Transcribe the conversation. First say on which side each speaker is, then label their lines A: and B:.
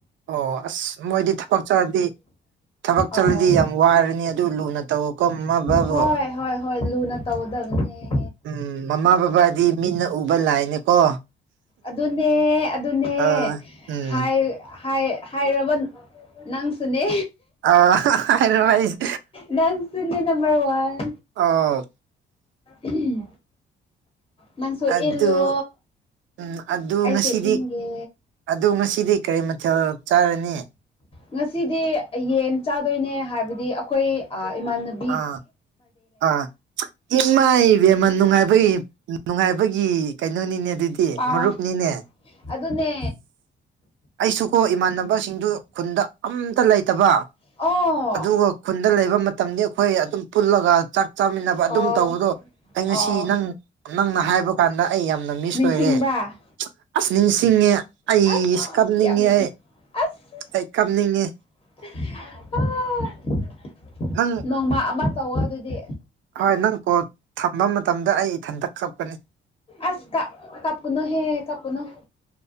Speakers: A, on the right; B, on the left.
A: ꯑꯣ ꯑꯁ ꯃꯣꯢꯗꯤ ꯊꯕꯛ ꯆꯥꯔꯗꯤ ꯊꯕꯛ ꯆꯠꯂꯤꯗꯤ
B: ꯑꯥꯎ
A: ꯌꯥꯝ ꯋꯥꯢꯔꯅꯤ ꯑꯗꯨ ꯂꯨꯅ ꯇꯧꯋꯀꯣ ꯃꯃꯥ ꯕꯕꯥꯕꯨꯣ
B: ꯍꯣꯏ ꯍꯣꯏ ꯍꯣꯏ ꯂꯨꯅ ꯇꯧꯗꯕꯅꯦ
A: ꯎꯝ ꯃꯃꯥ ꯕꯕꯥꯗꯤ ꯃꯤꯠꯅ ꯎꯕ ꯂꯥꯢꯅꯦꯀꯣ
B: ꯑꯗꯨꯅꯦ ꯑꯗꯨꯅꯦ
A: ꯑꯥ ꯎꯝ
B: ꯍꯥꯢ ꯍꯥꯢ ꯍꯥꯢꯔꯕ ꯅꯪꯁꯨꯅꯦ
A: ꯑꯥ <unintelligible> ꯍꯥꯢꯔꯣꯢꯁ
B: ꯅꯪ <unintelligible> ꯅꯝꯕꯔ ꯋꯥꯟ
A: ꯑꯥꯎ
B: ꯎꯝ ꯅꯪꯁꯨ
A: ꯑꯗꯨ
B: ꯏꯜꯂꯣ
A: ꯎꯝ ꯑꯗꯨ
B: ꯑꯩꯁꯨ
A: ꯉꯁꯤꯗꯤ
B: ꯏꯟꯒꯦ
A: ꯑꯗꯨ ꯉꯁꯤꯗꯤ ꯀꯔꯤ ꯃꯊꯦꯜ ꯆꯥꯔꯅꯤ
B: ꯉꯁꯤꯗꯤ ꯌꯦꯟ ꯆꯥꯗꯣꯢꯅꯦ ꯍꯥꯢꯕꯗꯤ ꯑꯩꯈꯣꯢ ꯑꯥ ꯏꯃꯥꯟꯕꯤ
A: ꯑꯥ ꯑꯥ ꯏꯃꯥꯢ ꯏꯕꯦꯝꯃꯟ ꯅꯨꯡꯉꯥꯢꯕꯒꯤ ꯅꯨꯡꯉꯥꯢꯕꯒꯤ ꯀꯩꯅꯣꯅꯤꯅꯦ ꯑꯗꯨꯗꯤ ꯒꯤ
B: ꯄꯥꯎ
A: ꯃꯔꯨꯞꯅꯤꯅꯦ
B: ꯑꯗꯨꯅꯦ
A: ꯑꯩꯁꯨ ꯀꯣ ꯏꯃꯥꯟꯅꯕꯁꯤꯡꯗꯨ ꯈꯨꯟꯗ ꯑꯝꯇ ꯂꯩꯇꯕ
B: ꯑꯣ
A: ꯑꯗꯨꯒ ꯈꯨꯟꯗ ꯂꯩꯕ ꯃꯇꯝꯗꯤ ꯑꯩꯈꯣꯢ ꯑꯗꯨꯝ ꯄꯨꯜꯂꯒ ꯆꯥꯛ ꯆꯥꯃꯤꯟꯅꯕ
B: ꯑꯣ
A: ꯑꯗꯨꯝ ꯇꯧꯕꯗꯣ ꯑꯩ
B: ꯑꯣ
A: ꯉꯁꯤ ꯅꯪ ꯅꯪꯅ ꯍꯥꯢꯕ ꯀꯥꯟꯗ ꯑꯩ ꯌꯥꯝꯅ ꯃꯤꯁ
B: ꯅꯤꯡꯁꯤꯡꯕ꯭ꯔꯥ
A: ꯑꯣꯢꯔꯦ ꯑꯁ ꯅꯤꯡꯁꯤꯡꯉꯦ ꯑꯩꯁ
B: ꯑꯁ
A: ꯀꯥꯞꯅꯤꯡꯉꯦ
B: ꯌꯥꯝ
A: ꯑꯩ
B: ꯑꯁ
A: ꯑꯩ ꯀꯥꯞꯅꯤꯡꯉꯦ
B: <unintelligible>
A: ꯅꯪ
B: ꯅꯣꯡꯃ ꯑꯃ ꯇꯧꯋꯣ ꯑꯗꯨꯗꯤ
A: ꯍꯣꯢ ꯅꯪ ꯀꯣꯜ ꯊꯝꯕ ꯃꯇꯝꯗ ꯑꯩ ꯏꯊꯟꯇ ꯀꯞꯀꯅꯤ
B: ꯑꯁ ꯀ ꯀꯞꯄꯨꯅꯣ ꯍꯦ ꯀꯞꯄꯨꯅꯣ ꯍꯦ